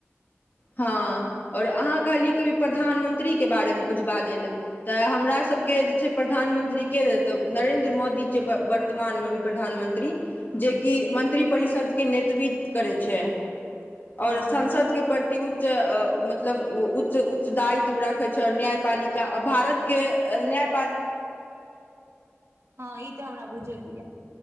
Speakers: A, on the left (about 45°); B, on the right (about 75°).
A: हँ और अहाँ कहलियै कभी प्रधानमं त्री के बारेमे कुछ बाजै लै तऽ हमरा सबके जे छै प्रधानमंत्रीके तऽ नरेन्द्र मोदी छै वर्तमानमे अभी प्रधानमंत्री जेकि मंत्रि परिषदके नेतृत्व करै छै। और
B: हँ
A: संसद के पर उच्च मतलब उच्च उच्च दायित्व राखै छै आओर न्यायपालिका आ भारत के न्याय
B: हँ ई तऽ हमरा बुझैलये।